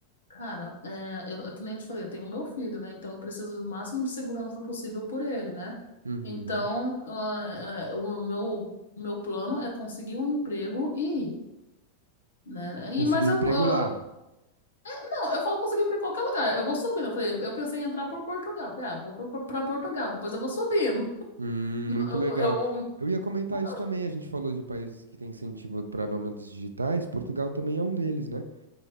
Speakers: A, on the left; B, on the right.
A: Cara, é, eu, eu, que nem eu te falei, eu tenho o meu filho, né? Então eu preciso do máximo de segurança possível por ele, né?
B: Uhum.
A: Então, ah, ah, o meu, meu plano é conseguir um emprego e ir, né?
B: Conseguir
A: E, mas
B: um emprego
A: eu, eu-
B: lá.
A: não, eu falo conseguir para qualquer lugar. Eu vou subindo. Eu falei, eu pensei em entrar por Portugal. Eu falei, ah, vou para Portugal, depois eu vou subindo.
B: Hum,
A: <laughs>
B: muito
A: Eu,
B: legal.
A: eu, eu,
B: Eu ia comentar
A: eu
B: isso também. A gente falou de países que têm incentivo para nômades digitais. Portugal também é um deles, né?